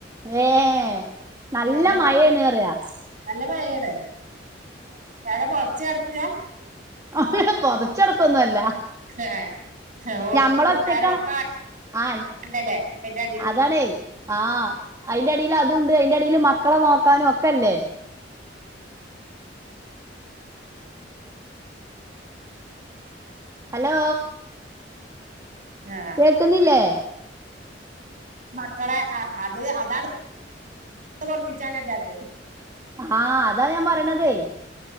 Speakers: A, on the right; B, on the right.
A: ഏ നല്ല
B: എന്തൊക്കെ
A: മഴയാണ്എന്ന് പറയാ
B: നല്ല മഴാണ് <inaudible> പോത്ച് ട്ക്കാ
A: <unintelligible> പൊതച്ചെടുക്കൊന്നും അല്ല
B: ഏ ഓത്തും
A: ഞമ്മള്
B: നിസ്കാരം
A: ഒറ്റക്കാണ്
B: ഒക്കെ
A: ആഹ്
B: ഉണ്ടല്ലേ അതിന്റെ അടിയില്
A: അതാണേ ആഹ അയിന്റെടില് അതുണ്ട് അയിന്റെടില് മക്കളെ നോക്കാനും ഒക്കെ അല്ലേ ഹലോ
B: ആ
A: കേക്കുന്നില്ലേ
B: മക്കള ആ അത് അതാണ് റൊ ഒറപ്പിച്ച ഞാജാത്ത്
A: ആഹ അതാ ഞാൻ പറണതേ